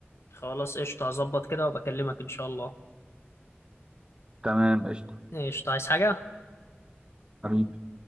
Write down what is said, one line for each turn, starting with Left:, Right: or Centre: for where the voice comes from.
Left: خلاص قشطة هظبط كده وبكلمك إن شاء الله
Right: تمام قشطة
Left: قشطة عايز حاجة
Right: حبيبي